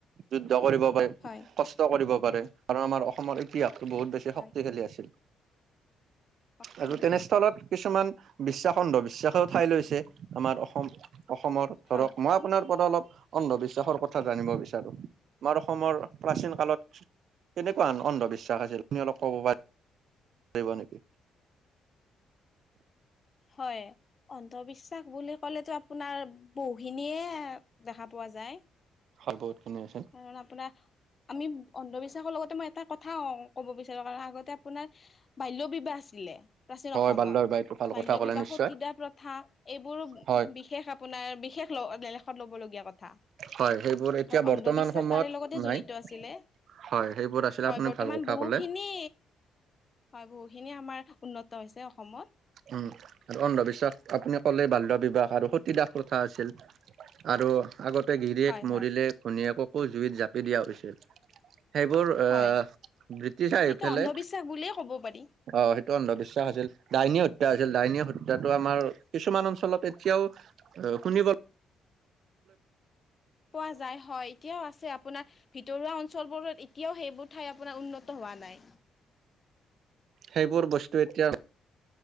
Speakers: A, on the right; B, on the left.
A: যত কৰিব পাৰে
B: হয়
A: কষ্ট কৰিব পাৰে কাৰ আমাৰ অসমৰ ইতিহাস বহুত বেছি
B: হয়
A: শক্তিশালী আছিল।
B: শক্তিশালী
A: আৰু তেনেস্থলত
B: আছে
A: কিছুমান বিশ্বাসখণ্ড বিশ্বাস ঠাই লৈছে আমাৰ অসম অসমৰ ধৰক
B: হয়
A: মই আপোনাৰ পৰা অলপ অন্ধবিশ্বাসৰ কথা জানিব বিচাৰো, আমাৰ অসমৰ প্ৰাচীন কালত কেনেকুৱা অন্ধবিশ্বাস আছিল তুমি অলপ কব পাৰিবা, নেকি? <inaudible>
B: হয়, অন্ধবিশ্বাস বুলি ক'লেহে তো আপোনাৰ বহ ভিনিয়ে দেখা পোৱা যায়।
A: হয় বহুত খিনি আছিল
B: কাৰণ আপোনাৰ, আমি অন্ধবিশ্বাসৰ লগতে মই এটা কথা ক'ব বিচাৰো কাৰ আগত তা আপোনাৰ বাল্য বিবাহ আছিলে, প্ৰাচীন
A: হয়
B: অসমত।
A: বাল্যৰ বাই ভাল কথা
B: বাল্য
A: ক'লে
B: বিবাহ
A: নিশ্চয়
B: তিতিদা প্ৰথা প্ৰথা এইবোৰো
A: হয়
B: বিশেষ আপোনাৰ বিশেষলেখত লবলগীয়া। বেয়া কথা।
A: হয় সেইবোৰ এতিয়া
B: কাৰণ অন্ধবিশ্বাস
A: বৰ্তমান সময়ত
B: তাৰে লগতে জড়িত
A: নাই,
B: আছিলে
A: হয়, সেইবোৰ আছিলে
B: হয়
A: আপুনি
B: বৰ্তমান
A: ভাল কথা
B: বহুখিনি
A: কলে। <inaudible>
B: হয় বহুখিনি আমাৰ উন্নত হৈছে অসমত
A: উম আৰু অন্ধবিশ্বাস আপুনি কলেই বাল্য বিবাহ। আৰু সতডাস কথা আছিল, আৰু আগতে গিৰিয়ীয়েক
B: হয়
A: মৰিলে
B: হয়
A: ভনীয়েকক অ' জুইত জাপি দিয়া হৈছিল। সেইবোৰ আহ,
B: হয়
A: বতি থাই
B: সেইটো
A: সফালে
B: অন্ধবিশ্বাস বুলিয়ে ক'ব পাৰি হয়
A: অ'। অন্ধ বিশ্বাস আছিল ডাইনী হত্যা হৈছিল ডাইন হত্যাটো আমাৰ কিছুমান অঞ্চলত এতিয়াও শুনিব
B: পোৱা যায় হয়, এতিয়াওঁ আছে আপোনাৰ ভিতৰুৱা অঞ্চ চলবৰত এতিয়াওঁ সেইবোৰ ঠাই আপোনাৰ উন্নত হোৱা নাই।
A: সেইবোৰ বস্তু এতিয়া